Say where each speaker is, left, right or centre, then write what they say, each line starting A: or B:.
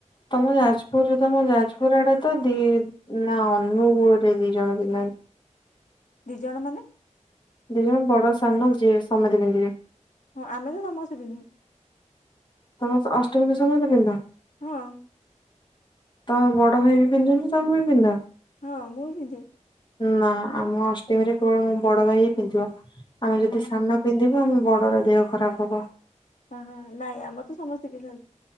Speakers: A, on the left (about 40°); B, on the left (about 75°).
A: ତମ ଯାଜପୁରରେ ତମ ଯାଜପୁର ଆଡେ ତ ଦି ନା ଅନୁଗୋଳରେ ବି ଜଣେ ପିନ୍ଧନ୍ତି।
B: ଦୁଇ ଜଣ ମାନେ।
A: ଦି ଜଣ ବଡ ସାନ ଯିଏ ସମତେ ପିନ୍ଧିବେ।
B: ହଁ ଆମେ ତ ସମସ୍ତେ ପିନ୍ଧୁ।
A: ତମେ ଅଷ୍ଟମୀକୁ ସମତେ ପିନ୍ଧ।
B: ହଁ।
A: ତ ବଡ ଭ ବି ପିନ୍ଧୁନ ତମେ ବି ପିନ୍ଧ <unintelligible>
B: ହଁ ମୁଁ ବି ଦେ
A: ନା ଆମ ଅଷ୍ଟମୀରେ କେବଳ ମୋ ବଡ ଭାଇ ହି ପିନ୍ଧିବ। ଆମେ
B: ହଁ
A: ଯଦି ସାନ ପିନ୍ଧିବୁ ଆମେ ବ ଘର <unintelligible> ଦେହ ଖରାପ ହବ
B: ଓହୁଁ ନାଇଁ ଆମର ତ ସମସ୍ତେ ପିନ୍ଧନ୍ତି।